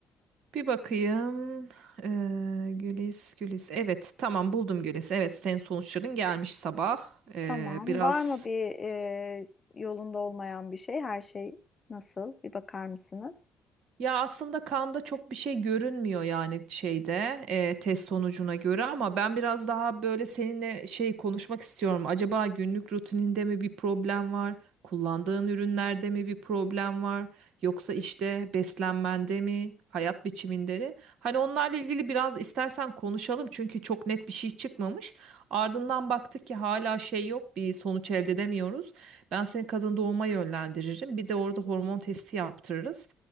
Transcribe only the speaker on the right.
Bir bakayım. Ee, Gülis, Gülis. Evet, tamam buldum Gülis. Evet, senin sonuçların gelmiş sabah. Ee,
biraz
ya aslında kanda çok bir şey görünmüyor yani şeyde e, test sonucuna göre ama ben biraz daha böyle seninle şey konuşmak istiyorum. Acaba günlük rutininde mi bir problem var? Kullandığın ürünlerde mi bir problem var? Yoksa işte beslenmende mi, hayat biçiminde mi? Hani onlarla ilgili biraz istersen konuşalım çünkü çok net bir şey çıkmamış. Ardından baktık ki hala şey yok, bir sonuç elde edemiyoruz. Ben seni kadın doğuma yönlendiririm. Bir de orada hormon testi yaptırırız.